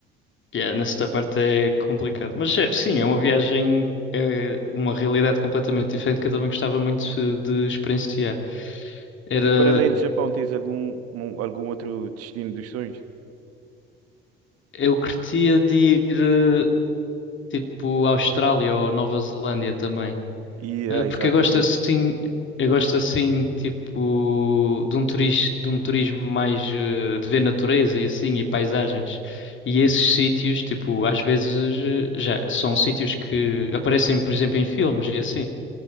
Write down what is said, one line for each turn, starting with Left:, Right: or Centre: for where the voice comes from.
Left: Yeah, nesta parte é complicado. Mas é, sim, é uma viagem, é uma realidade completamente diferente que eu também gostava muito de experienciar. Era,
Right: E para além do Japão, tens algum, um- algum outro destino dos sonhos?
Left: eu curtia de ir eh, tipo à Austrália ou Nova Zelândia também.
Right: E,
Left: Eh,
Right: ah,
Left: Porque
Right: exatamente.
Left: eu gosto assim, eu gosto assim tipo de um turis, de um turismo mais eh, de ver natureza e assim e paisagens. E esses sítios, tipo, às vezes eh, já são sítios que aparecem, por exemplo, em filmes e assim.